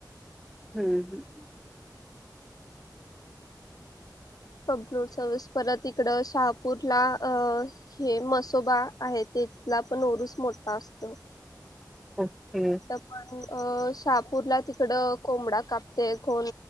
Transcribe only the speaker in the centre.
हम हम
ओके